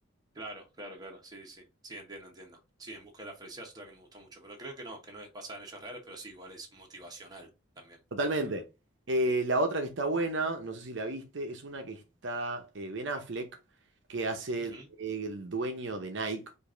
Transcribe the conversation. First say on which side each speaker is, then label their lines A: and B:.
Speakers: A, on the right; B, on the right.
A: Claro, claro, claro. Sí, sí, sí. Sí, entiendo, entiendo. Sí, En busca de la felicidad es otra que me gustó mucho. Pero creo que no, que no es basada en hechos reales, pero sí, igual es motivacional también.
B: Totalmente. Eh, la otra que está buena, no sé si la viste, es una que está eh, Ben Affleck, que hace
A: Ujú.
B: el dueño de Nike